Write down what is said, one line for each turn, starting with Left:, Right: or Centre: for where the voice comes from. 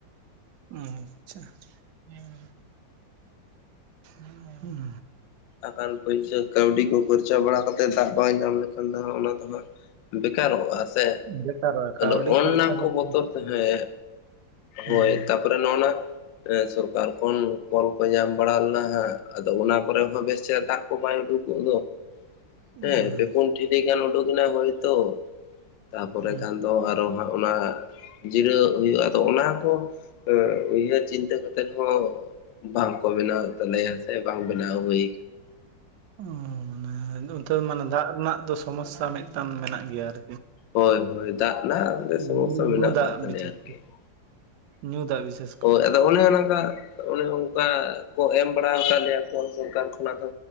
Right: ᱦᱩᱸ ᱟᱪᱪᱷᱟ ᱟᱪᱪᱷᱟ ᱾ <inaudible> ᱩᱸ
Left: ᱵᱟᱠᱷᱟᱱ <unintelligible> ᱠᱟᱹᱣᱰᱤ ᱠᱚ ᱠᱷᱚᱨᱪᱟ ᱵᱟᱲᱟ ᱠᱟᱛᱮᱫ ᱫᱟᱜ ᱵᱟᱝ ᱧᱟᱢ ᱞᱮᱠᱷᱟᱱ ᱫᱚ ᱚᱱᱟ ᱫᱚ ᱦᱟᱸᱜ ᱵᱮᱠᱟᱨᱚᱜᱼᱟ ᱥᱮ
Right: ᱵᱮᱴᱟᱨᱚᱜᱼᱟ
Left: ᱾
Right: ᱠᱟᱹᱣᱰᱤ
Left: ᱟᱫᱚ ᱚᱱᱱᱟ
Right: ᱠᱷᱚᱨᱪᱟ ᱞᱮᱱᱠᱷᱟᱱ
Left: ᱠᱚ ᱵᱚᱛᱚᱨ ᱛᱮ ᱦᱮᱸ
Right: ᱦᱩᱸ
Left: ᱦᱳᱭ ᱛᱟᱯᱚᱨᱮ ᱱᱚᱜᱼᱚ ᱱᱚᱣᱟ ᱮᱸ ᱥᱚᱨᱠᱟᱨ ᱠᱷᱚᱱ ᱠᱚᱞ ᱠᱚ ᱧᱟᱢ ᱵᱟᱲᱟ ᱞᱮᱱᱟ ᱦᱟᱸᱜ ᱾ ᱟᱫᱚ ᱚᱱᱟ ᱠᱚᱨᱮ ᱦᱚᱸ ᱵᱮᱥ ᱪᱮᱦᱨᱟ ᱫᱟᱜ ᱠᱚ ᱵᱟᱭ ᱩᱰᱩᱠᱚᱜ ᱫᱚ ᱾ ᱦᱮᱸ
Right: ᱟᱪᱪᱷᱟ,
Left: ᱯᱮ ᱯᱩᱱ ᱴᱷᱤᱞᱤ ᱜᱟᱱ ᱩᱰᱩᱜ ᱮᱱᱟ ᱦᱳᱭ ᱛᱚ, ᱛᱟᱨᱯᱚᱨᱮ
Right: ᱦᱩᱸ
Left: ᱠᱷᱟᱱ ᱫᱚ ᱟᱨᱚ ᱦᱟᱸᱜ ᱚᱱᱟ ᱡᱤᱨᱟᱹᱜ ᱦᱩᱭᱩᱜᱼᱟ ᱟᱫᱚ ᱚᱱᱟ ᱠᱚ ᱩᱭᱦᱟᱹᱨ ᱪᱤᱱᱛᱟᱹ ᱠᱟᱛᱮᱫ ᱦᱚᱸ ᱵᱟᱝ ᱠᱚ ᱵᱮᱱᱟᱣ ᱮᱫ ᱛᱟᱞᱮᱭᱟ ᱥᱮ ᱵᱟᱝ ᱵᱮᱱᱟᱣ ᱦᱳᱭ
Right: ᱚᱻ ᱚᱱᱛᱮ ᱫᱚ ᱢᱟᱱᱮ ᱫᱟᱜ ᱨᱮᱱᱟᱜ ᱫᱚ ᱥᱚᱢᱚᱥᱥᱟ ᱢᱤᱫ ᱴᱟᱝ ᱢᱮᱱᱟᱜ ᱜᱮᱭᱟ ᱟᱨ
Left: ᱦᱳᱭ ᱦᱳᱭ ᱫᱟᱜ ᱨᱮᱱᱟᱜ ᱥᱚᱢᱚᱥᱥᱟ
Right: ᱧᱩ
Left: ᱢᱮᱱᱟᱜ
Right: ᱧᱩ ᱫᱟᱜ
Left: ᱠᱟᱫ ᱛᱟᱞᱮᱭᱟ
Right: ᱵᱤᱥᱮᱥ
Left: ᱟᱨᱠᱤ ᱾
Right: ᱧᱩ ᱫᱟᱜ ᱵᱤᱥᱮᱥ ᱠᱚᱨᱮ
Left: ᱦᱳᱭ ᱟᱫᱚ ᱚᱱᱮ ᱚᱱᱠᱟ ᱚᱱᱮ ᱚᱝᱠᱟ ᱠᱚ ᱮᱢ ᱵᱟᱲᱟ ᱟᱠᱟᱫ ᱞᱮᱭᱟ ᱠᱚ ᱥᱚᱨᱠᱟᱨ ᱠᱷᱚᱱᱟᱜ ᱫᱚ